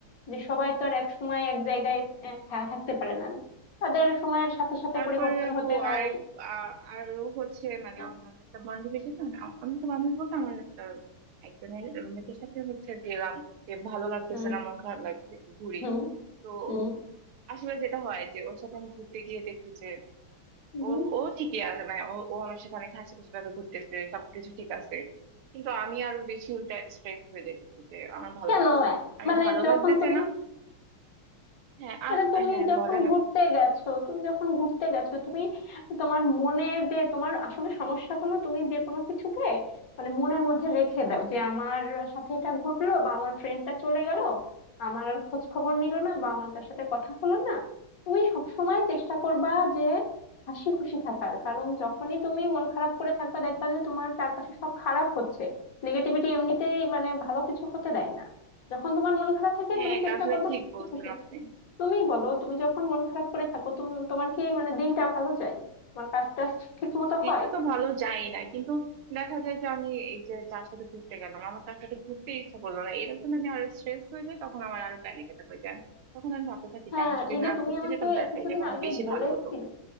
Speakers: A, on the left; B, on the right.
A: যে সবাই তো আর এক সময় এক জায়গায় আহ, থা- থাকতে পারে না তাদের সময়ের সাথে সাথে
B: তারপরে
A: পরিবর্তন
B: আপু
A: হতে হয়
B: আর এক- আ- আরো হচ্ছে মানে
A: হ্যাঁ,
B: আমি অনেকটা বান্ধবীর সাথে না, অনেকটা বান্ধবী বলতে আমার আহ, একজনের রুমমেটের সাথে হচ্ছে গেলাম যে ভালো লাগতেছে
A: হুম
B: না মন খারাপ লাগতেছে একটু ঘুরি
A: হুম
B: তো
A: হুম
B: আসলে যেটা হয় যে ওর সাথে আমি ঘুরতে গিয়ে দেখি যে
A: হুম।
B: ও ও ঠিকই আছে মানে ও ও আমার সাথে অনেক হাসি খুশি ভাবে ঘুরতেছে সবকিছু ঠিক আছে কিন্তু আমি আরো বেশি উল্টা স্ট্রেস হয়ে যাইতেছি যে আমার ভালো
A: কেন
B: লাগতেছে না আমি
A: মানে
B: ভালো
A: যখন
B: লাগতেছে
A: তুমি
B: না হ্যাঁ আর
A: মানে তুমি
B: হ্যাঁ
A: যখন
B: বলেন
A: ঘুরতে
B: আপ-
A: গেছো তুমি যখন ঘুরতে গেছো তুমি তোমার মনে যে তোমার আসলে সমস্যা হলো তুমি যে কোনো কিছুকে মানে মনের মধ্যে রেখে দাও যে আমার সাথে এটা ঘটলো বা আমার ফ্রেন্ডটা চলে গেল আমার আর খোঁজ খবর নিল না বা আমার তার সাথে কথা হলো না তুমি সব সময় চেষ্টা করবা যে হাসি খুশি থাকার কারণ যখনই তুমি মন খারাপ করে থাকবা দেখবা যে তোমার চারপাশে সব খারাপ হচ্ছে নেগেটিভিটি এমনিতেই মানে ভালো কিছু হতে দেয় না যখন তোমার মন খারাপ থাকে
B: হ্যাঁ
A: তুমি
B: এটা
A: চেষ্টা
B: আসলে
A: করবা
B: ঠিক
A: হাসি
B: বলছেন
A: খুশি
B: আপনি
A: থাকার তুমি বলো তুমি যখন মন খারাপ করে থাকো তুমি তোমার কি মানে দিনটা ভালো যায় তোমার কাজটা ঠিক মতো
B: দিতে
A: হয়
B: তো ভালো যাই না কিন্তু দেখা যায় যে আমি এই যে যার সাথে ঘুরতে গেলাম আমার তার সাথে ঘুরতে ইচ্ছা করলো না এর জন্য আমি আরো স্ট্রেস হয়ে যাই তখন আমার আরো প্যানিক অ্যাটাক হয়ে যায় তখন আমি ভাবতে থাকি
A: হ্যাঁ
B: যে আমি যদি
A: এই যে
B: না
A: তুমি
B: ঘুরতে
A: আমাকে
B: যেতাম তাহলে
A: এই কিছুদিন
B: মনে
A: আগে
B: হয় বেশি
A: বলেছিলে
B: ভালো হতো